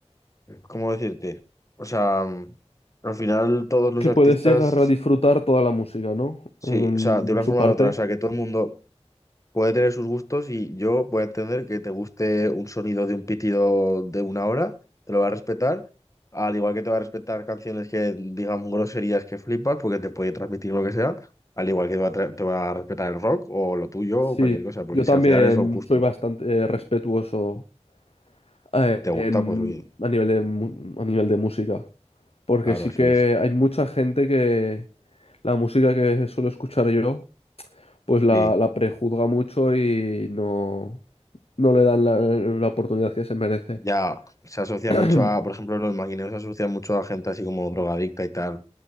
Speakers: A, on the left; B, on the left.
A: ¿cómo decirte? O sea, mm, al final todos los
B: que
A: artistas,
B: puedes llegar a disfrutar toda la música, ¿no?
A: sí,
B: En
A: o sea, de una
B: su
A: forma
B: parte.
A: u otra, o sea, que todo el mundo puede tener sus gustos y yo voy a entender que te guste un sonido de un pitido de una hora, te lo va a respetar, al igual que te va a respetar canciones que digan groserías que flipas porque te puede transmitir lo que sea, al igual que te va a, tra- te va a respetar el rock o lo tuyo
B: Sí,
A: o cualquier cosa,
B: yo
A: porque
B: también
A: si al final son gustos,
B: soy bastante eh, respetuoso eh,
A: si te gusta,
B: en-
A: pues oye,
B: a nivel de, mu- a nivel de música. Porque
A: claro,
B: sí
A: eso
B: que
A: es.
B: hay mucha gente que la música que suelo escuchar yo, pues la,
A: Sí.
B: la prejuzga mucho y no, no le dan la, la oportunidad que se merece.
A: Ya se asocia
B: <clears throat>
A: mucho a, por ejemplo, los maquineros se asocian mucho a gente así como drogadicta y tal.